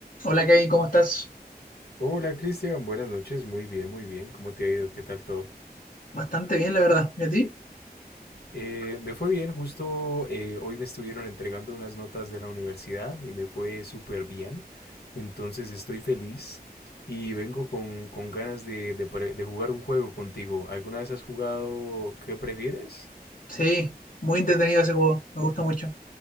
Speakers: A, on the left (about 55°); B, on the left (about 80°).
A: Hola Kevin, ¿cómo estás?
B: Hola Cristian, buenas noches, muy bien, muy bien, ¿cómo te ha ido? ¿Qué tal todo?
A: Bastante bien, la verdad. ¿Y a ti?
B: Eh, me fue bien, justo eh, hoy me estuvieron entregando unas notas de la universidad y me fue súper bien, entonces estoy feliz y vengo con, con ganas de, de pre- de jugar un juego contigo. ¿Alguna vez has jugado qué prefieres?
A: Sí, muy entretenido ese juego, me gusta mucho.